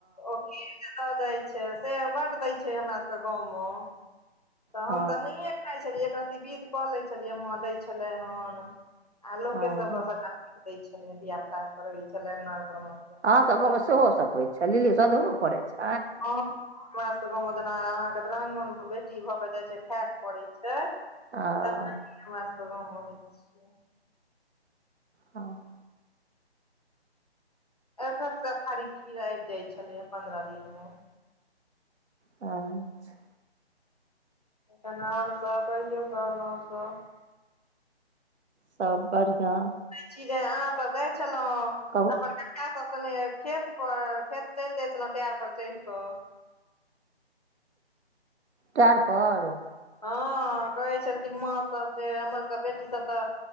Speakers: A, on the left; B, on the right.
A: ओ खीर जे दऽ दै छै। से बड दै छै। हमरा सभ के गाँव में तऽ
B: हँ
A: हम तऽ नहिए खाइ छलियै एकरत्ती विधि कऽ लै छलियै माँ दै छलै हन आ लोक
B: हँ
A: के सभके सभटा दय छले धिया पुता कर रहे छले अङ्गना घोर में
B: हम सभ गाँव मे सेहो सभ होइ छै। लिली सधरो पड़ै छै।
A: हँ हमरासके गाँव में जेना अहाँके दरंगमन बेटी भऽ कऽ जाइत छै। खायके पड़ैत छै।
B: हँ
A: <unintelligible> हमरा सबके गाँवमेहै छियै
B: हँ
A: एक एक ता थारी खीर आइब जाय छलै हे पंन्द्रह दिन मे
B: अच्छा
A: तहन आओर सब रहियौ तहन आओर सब
B: सब बढ़िआँ
A: चीजे अहाँ सब गैल छलहुँ
B: कहू
A: अपन का ा सब सनि खेत पर खेत चैल जाइ छलहुं टायर पर चैढ़ कऽ
B: टेएर पर?
A: हँ कहै छलखिन माँ सब जे हमर सब बेटी सब तऽ